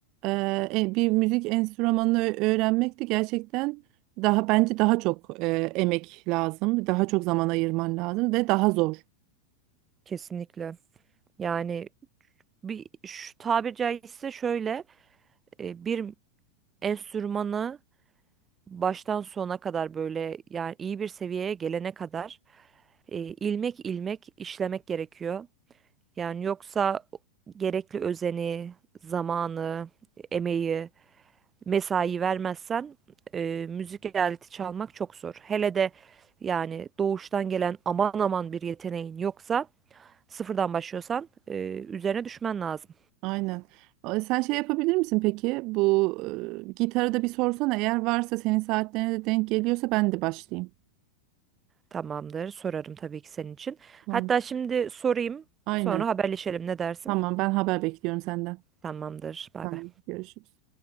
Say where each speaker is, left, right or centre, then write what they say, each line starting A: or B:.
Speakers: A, on the right (about 40°); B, on the right (about 20°).
A: e, e, bir müzik enstrümanını ö- öğrenmek de gerçekten daha bence daha çok e, emek lazım, daha çok zaman ayırman lazım ve daha zor.
B: Kesinlikle. Yani bir şu tabir caizse şöyle e, bir enstrümanı baştan sona kadar böyle yani iyi bir seviyeye gelene kadar e, ilmek ilmek işlemek gerekiyor. Yani yoksa gerekli özeni, zamanı, emeği, mesai vermezsen e, müzik aleti çalmak çok zor. Hele de yani doğuştan gelen aman aman bir yeteneğin yoksa sıfırdan başlıyorsan e, üzerine düşmen lazım.
A: Aynen. Ee, Sen şey yapabilir misin peki? Bu e, gitarı da bir sorsana. Eğer varsa senin saatlerine de denk geliyorsa ben de başlayayım.
B: Tamamdır, sorarım tabii ki senin için.
A: Tamam.
B: Hatta şimdi sorayım,
A: Aynen.
B: sonra haberleşelim ne dersin?
A: Tamam ben haber bekliyorum senden.
B: Tamamdır, bay
A: Tamam
B: bay.
A: görüşürüz.